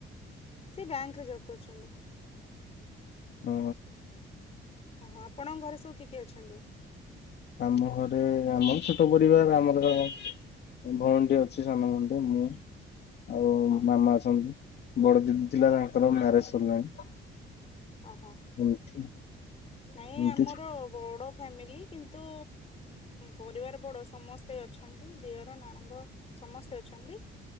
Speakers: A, on the left; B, on the left.
A: ସେ ବ୍ୟାଙ୍କରେ ଜବ୍ କରିଛନ୍ତି।
B: ଓ।
A: ହଁ ଆପଣଙ୍କ ଘରେ ସବୁ କିଏ କିଏ ଅଛନ୍ତି?
B: ଆମ ଘରେ ଆମର ଛୋଟ ପରିବାର। ଆମର ଭଉଣୀଟି ଅଛି ସାନ ଭଉଣୀ ଟେ ମୁଁ ଆଉ
A: ହଁ ହଁ
B: ମାମା ଅଛନ୍ତି ବଡ ଦିଦି ଥିଲା ତାଙ୍କର ମ୍ୟାରେଜ ସରିଲାଣି
A: ଓହୋ
B: ଏମତି
A: ନାଇଁ
B: ଏମତି
A: ଆମର ବଡ ଫ୍ୟାମିଲି କିନ୍ତୁ ପରିବାର ବଡ଼ ସମସ୍ତେ ଅଛନ୍ତି ଦିଅର ନଣନ୍ଦ ସମସ୍ତେ ଅଛନ୍ତି